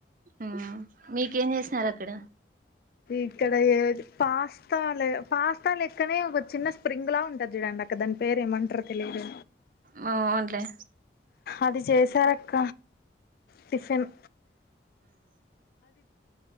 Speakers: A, on the right; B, on the left.
A: మ్మ్ మీకేం చేసినారు అక్కడ.
B: ఇక్కడ యే పాస్తా లె పాస్త లెక్కనే ఒక చిన్న స్ప్రింగ్ లా ఉంటది చూడండి అక్క, దాని పేరు ఏమంటరో తెలియదు.
A: ఓ అవునులే
B: అది జేసారక్క టిఫెన్